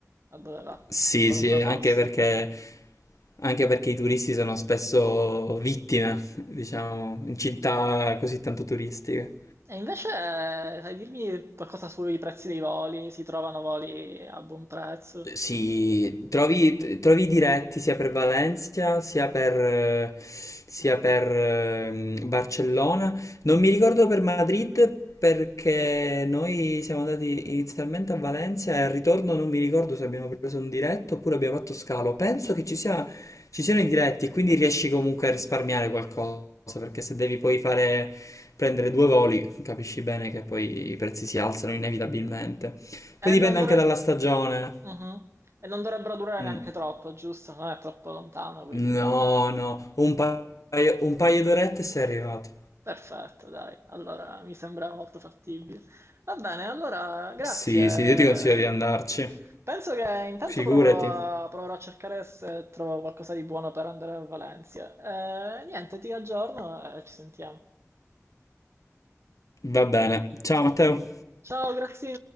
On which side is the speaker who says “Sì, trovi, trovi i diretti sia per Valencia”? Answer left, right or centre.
Left